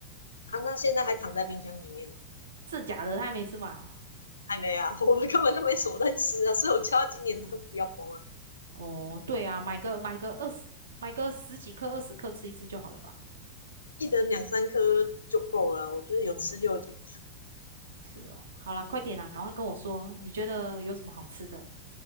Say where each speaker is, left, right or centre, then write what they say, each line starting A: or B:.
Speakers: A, on the left (about 70°); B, on the right (about 65°).
A: 啊。那现在还躺在冰箱里面呢，
B: 这假的他还没吃完哦。
A: 还没啊，<laughs> 我们根本就没什么在吃啊，所以我叫他今年都不要包了，
B: 嗯，哦，对啊，买个买个二十，买个十几克、二十克吃一次就好了吧？
A: 一人两三颗就够了啊我觉得有吃就已经不
B: 哦、是哦，好啦，快点啦，赶快跟我说，你觉得有什么好吃的？